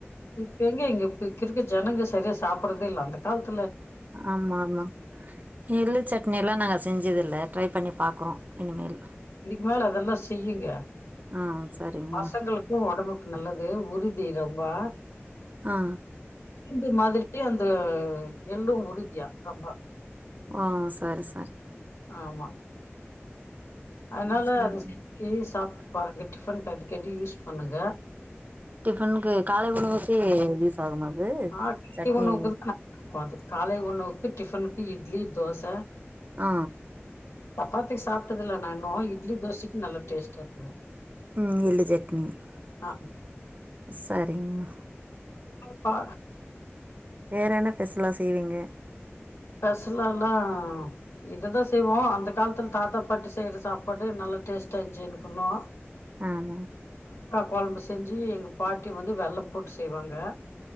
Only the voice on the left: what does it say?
இப்ப எங்க இங்க இப்பக்கிருக்க ஜனங்க சரியா சாப்பட்றதே இல்ல அந்த காலத்
மொதல அதெல்லா செய்யுங்க
பசங்களுக்கு ஒடம்புக்கு நல்லது உரிக் தி ரொம்பா
இது மாதிரி அந்த எள்ளு உறுதியா ரொம்ப
ஆமா அதுனால
அது ருசிச்சு சாப்ட்டு பாருங்க டிஃபன்க்கு அடிக்கடி யூஸ் பண்ணுங்க
ஆ <inaudible>
காலை உணவுக்கு டிஃபனுக்கு இட் இட்லி தோச
சப்பாத்திக்கி சாப்டதுல்ல நா இன்னோ இட்லி தோசைக்கு நல்ல டேஸ்டா இருக்குது
ஆமா
பா
பெசலாலா இதுதா செய்வோ அந்த காலத்துல தாத்தா பாட்டி செய்ற சாப்பாடு நல்லா டேஸ்ட்டா இருந்துச்சு எனக்குண்ணோ
கொழம்பு செஞ்சு எங்க பாட்டி வந்து வெல்லம் போட்டு செய்வாங்க